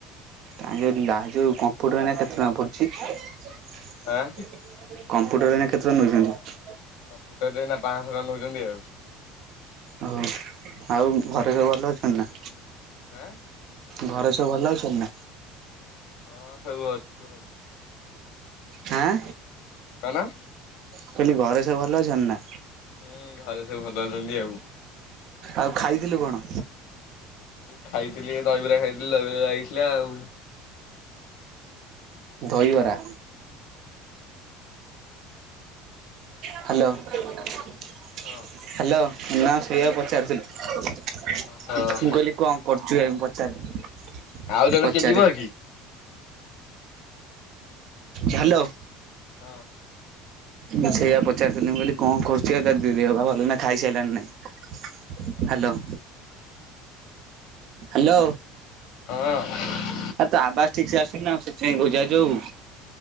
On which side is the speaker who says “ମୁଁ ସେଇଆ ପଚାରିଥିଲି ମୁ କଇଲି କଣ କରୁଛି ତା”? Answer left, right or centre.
Right